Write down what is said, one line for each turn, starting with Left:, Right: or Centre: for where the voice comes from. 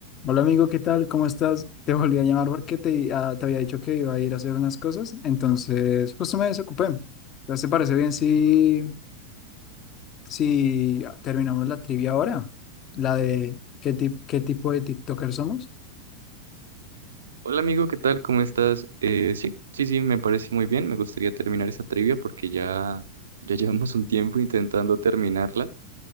Left: Hola amigo, ¿qué tal? ¿Cómo estás? Te volví a llamar porque te, ah, te había dicho que iba a ir a hacer unas cosas, entonces justo me desocupé. Entonces, ¿te parece bien si, si terminamos la trivia ahora? La de qué, tip- qué tipo de TikToker somos.
Right: Hola amigo, ¿qué tal? ¿Cómo estás? Eh, sí, sí, sí, me parece muy bien. Me gustaría terminar esa trivia porque ya, ya llevamos un tiempo intentando terminarla